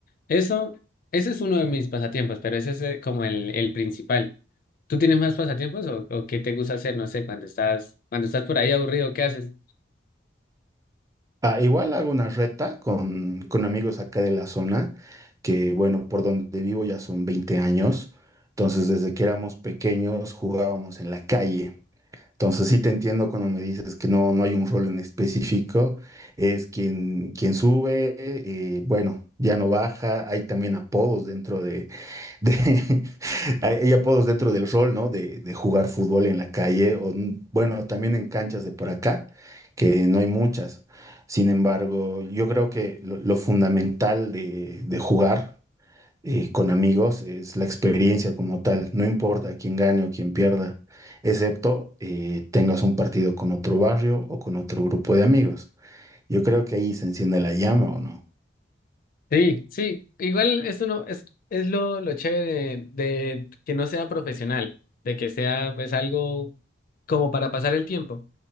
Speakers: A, on the left; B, on the right.
A: Eso, ese es uno de mis pasatiempos, pero ese es eh, como el, el principal. ¿Tú tienes más pasatiempos o, o qué te gusta hacer? No sé, cuando estás, cuando estás por ahí aburrido, ¿qué haces?
B: Ah, igual hago una reta con, con amigos acá de la zona, que bueno, por donde vivo ya son 20 años, entonces desde que éramos pequeños jugábamos en la calle. Entonces sí te entiendo cuando me dices que no, no hay un rol en específico, es quien, quien sube, eh, bueno, ya no baja, hay también apodos dentro de- <laughs> hay hay apodos dentro del rol, ¿no? De, de jugar fútbol en la calle o, n- bueno, también en canchas de por acá, que no hay muchas. Sin embargo, yo creo que lo, lo fundamental de, de jugar eh, con amigos es la experiencia como tal. No importa quién gane o quién pierda, excepto eh, tengas un partido con otro barrio o con otro grupo de amigos. Yo creo que ahí se enciende la llama, ¿o no?
A: Sí, sí, igual esto no es, es lo, lo chévere de, de que no sea profesional, de que sea pues algo como para pasar el tiempo,